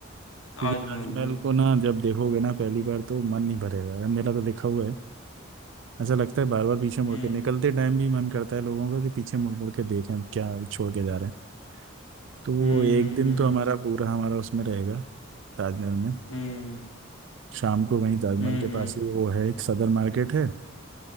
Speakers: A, on the left; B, on the right.
A: ताजमहल
B: क्योंकि ताजमहल
A: में
B: को ना जब देखोगे ना पहली बार तो मन नहीं भरेगा मेरा तो देखा हुआ है ऐसा लगता है बार बार पीछे मुड़
A: हम्म
B: के निकलते टाइम भी मन करता है लोगों का कि पीछे मुड़ मुड़ के देखें हम क्या छोड़ के जा रहे हैं तो वो
A: हम्म
B: एक दिन
A: हम्म
B: तो हमारा पूरा हमारा उसमें रहेगा ताजमहल में
A: हम्म
B: शाम को वहीं ताजमहल
A: हम्म
B: के पास ही वो है एक सदर मार्केट है